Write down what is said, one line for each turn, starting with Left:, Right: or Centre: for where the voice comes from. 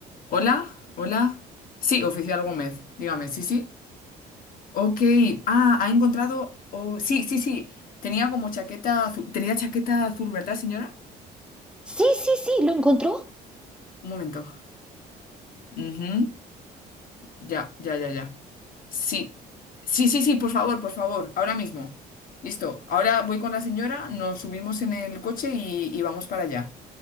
Left: Hola, hola. Sí, oficial Gómez, dígame, sí, sí. Ok, ah, ha encontrado. oh, sí, sí, sí. Tenía como chaqueta azul. Tenía chaqueta azul, ¿verdad, señora?
Centre: Sí, sí, sí, ¿lo encontró?
Left: Un momento. Ujú. Ya, ya, ya, ya. Sí. Sí, sí, sí, por favor, por favor. Ahora mismo. Listo. Ahora voy con la señora, nos subimos en el coche y, y vamos para allá.